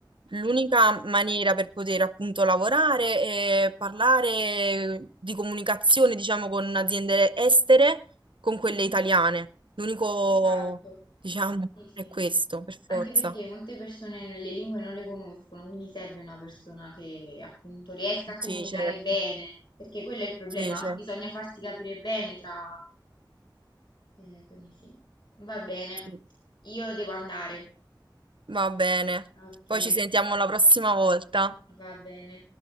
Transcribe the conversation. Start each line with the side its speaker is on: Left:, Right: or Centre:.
Right: l'unica maniera per poter appunto lavorare è parlare di comunicazione, diciamo, con aziende estere, con quelle
Left: Mhm.
Right: italiane. L'unico,
Left: Esatto,
Right: diciamo,
Left: sì, sì.
Right: è questo, per forza.
Left: Anche perché molte persone n- le lingue non le conoscono, quindi serve una persona che appunto riesca a comunicare
Right: Sì, certo.
Left: bene, perché quello è il problema,
Right: Sì, certo.
Left: bisogna farsi capire bene tra... eh, quindi sì, va bene,
Right: Sì.
Left: io devo andare.
Right: Va bene.
Left: Ok,
Right: Poi ci sentiamo la prossima volta.
Left: va bene.